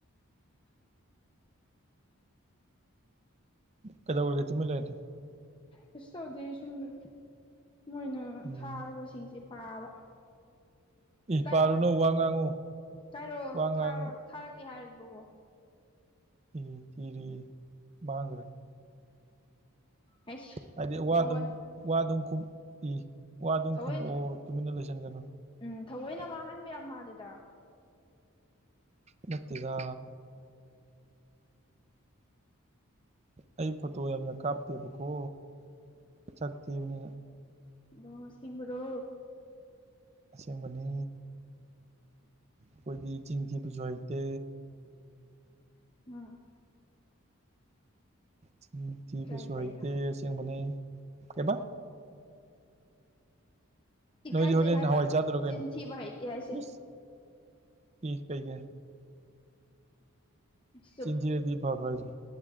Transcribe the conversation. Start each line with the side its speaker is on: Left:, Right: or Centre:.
Left: <inaudible>
Right: ꯀꯩꯗꯧꯔꯒꯦ ꯇꯨꯃꯤꯟ ꯂꯩꯔꯗꯤ
Left: ꯀꯩꯁꯨ ꯇꯧꯗꯦ ꯁꯣꯝꯗ ꯃꯣꯏꯅ
Right: ꯎꯝ
Left: ꯊꯥꯔꯕꯁꯤꯡꯁꯦ ꯄꯥꯕ
Right: ꯏ
Left: ꯀꯥꯏꯔꯣ
Right: ꯄꯥꯜꯂꯨꯅꯨ ꯋꯥ ꯉꯥꯡꯉꯨ
Left: ꯀꯥꯏꯔꯣ
Right: ꯋꯥ ꯉꯥꯡꯉꯨ
Left: ꯊꯥꯔꯣ ꯊꯥꯔꯛ ꯌꯥꯔꯤꯕꯣ
Right: ꯎꯝ ꯊꯤꯔꯤ ꯃꯥꯥꯡꯒ꯭ꯔꯦ
Left: ꯍꯩꯁ
Right: ꯍꯥꯏꯗꯤ ꯋꯥ
Left: ꯊꯑꯣꯏ
Right: ꯑꯗꯨꯝ ꯋꯥ ꯑꯗꯨꯝ ꯈꯨꯝ ꯏ ꯋꯥ ꯑꯗꯨꯝ
Left: ꯊꯑꯣꯏ
Right: ꯈꯨꯝꯃꯛꯑꯣ ꯇꯨꯃꯤꯟꯅ ꯂꯩꯁꯟꯒꯅꯨ
Left: ꯎꯝ ꯊꯑꯣꯏꯅ ꯃꯥꯡꯍꯟꯕ ꯌꯥꯝ ꯃꯥꯜꯂꯦꯗ
Right: ꯅꯠꯇꯦꯗ ꯑꯩ ꯐꯣꯠꯇꯣ ꯌꯥꯝꯅ ꯀꯥꯞꯇꯦꯕꯀꯣ ꯁꯛ ꯊꯤꯕꯅꯤꯅ
Left: ꯑꯗꯣ ꯑꯁꯦꯡꯕ꯭ꯔꯣ
Right: ꯑꯁꯦꯡꯕꯅꯦ ꯈꯣꯏꯗꯤ ꯆꯤꯟ ꯊꯤꯕꯁꯨ ꯍꯩꯇꯦ
Left: ꯑꯝ
Right: ꯆꯤꯟ ꯊꯤꯕꯁꯨ
Left: ꯏꯀꯥꯏꯖꯩꯗ
Right: ꯍꯩꯇꯦ ꯑꯁꯦꯡꯕꯅꯦ ꯀꯩꯕꯥ
Left: ꯏꯀꯥꯏꯖꯩ
Right: ꯅꯣꯏꯗꯤ ꯍꯣꯔꯦꯟ
Left: ꯍꯥꯏꯕ
Right: ꯍꯋꯥꯏ ꯆꯥꯗꯨꯔꯣ ꯀꯩꯅꯣ
Left: ꯆꯤꯟꯊꯤꯕ ꯍꯩꯇꯦ ꯍꯥꯏꯁꯦ
Right: ꯏꯁ ꯏ ꯀꯩꯒꯤ
Left: ꯆꯨꯝ
Right: ꯆꯤꯟꯊꯤꯔꯗꯤ ꯐꯕ꯭ꯔ ꯍꯥꯏꯁꯦ